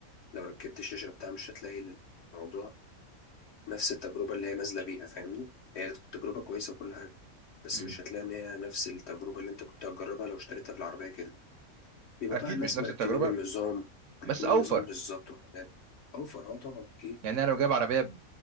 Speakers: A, on the left; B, on the right.
A: لو ركبت الشاشه بتاعها مش هتلاقي الموضوع نفس التجربه اللي هي نازله بيها فاهمني هي تجربه كويسه وكل حاجه بس
B: مم.
A: مش هتلاقي ان هي نفس التجربه اللي انت كنت هتجربها لو اشتريتها بالعربيه كده بيبقى
B: أكيد
A: بقى الناس
B: مش نفس
A: مركبين
B: التجربة
A: النظام مركبين
B: بس أوفر
A: النظام بالظبط وحاجات اوفر اه طبعا اكيد
B: يعني انا لو جايب عربيه ب-